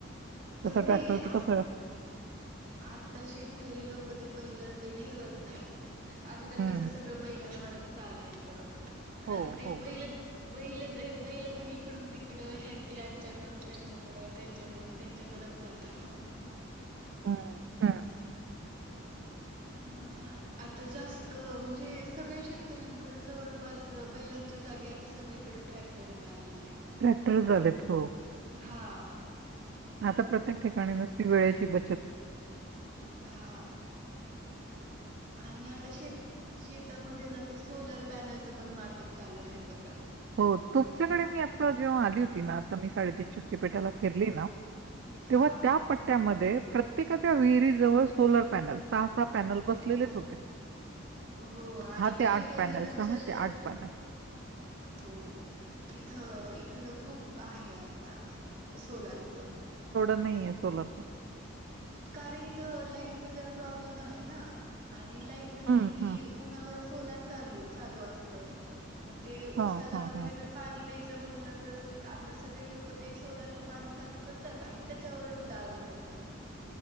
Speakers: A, on the right; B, on the right.
A: पण
B: तस ट्रॅक्टर
A: ते आ
B: तर कसं
A: आता शेतकरी लोकं ते बैल ते ठेवत नाहीत. अगोदर
B: हं.
A: कस सगळं बैलांवरच चालायचं. पण
B: हो,
A: आता ते
B: हो.
A: बैल बैल ते बैल पण इकडून तिकड यांच्याकडून त्यांच्याकड, त्यांच्याकडून त्यांच्याकड जातात ना.
B: हम्म हम्म.
A: ह आता जास्त म्हणजे सगळ्या शेतकऱ्यांकड जवळपास बैलांच्या जागी आता सग इकड ट्रॅक्टरच आलेली आहेत.
B: ट्रॅक्टर झालेत हो.
A: हा
B: आता प्रत्येक ठिकाणी नुसती वेळेची बचत.
A: हा आणि आता शेत शेतामध्ये ना ते सोलर पॅनलचं पण वाटप चालू आहे बघा.
B: हो तुमच्याकडे मी आता जेव्हा आली होती ना आता मी साडेतीीन शक्तीपीठाला फिरली ना.
A: हा
B: तेव्हा त्या पट्ट्यामध्ये प्रत्येकाच्या विहिरी जवळ सोलर पॅनल सहा सहा पॅनल बसलेलेच
A: हो
B: होते.
A: हो आणि काही
B: ते
A: काही
B: पॅनल,
A: जणांचा तर
B: ते पॅनल.
A: हो इथं इकडं खूप आहे आता सोलारचं.
B: नाही आहे सोलरचा.
A: कारण इथं लाईट जरा प्रॉब्लेम आहे ना. आ णि लाईट नसली
B: हं,
A: की
B: हं.
A: उन्हावर सोलार चाल चालू असतं. मग ते
B: हां,
A: ऊसाला
B: हां,
A: वगैरे
B: हां.
A: जर पाणी द्यायचं म्हणलं तर आता सगळे लोक ते सोलारच पाणी चालू करतात आणि त्याच्यावरच दार धर तात.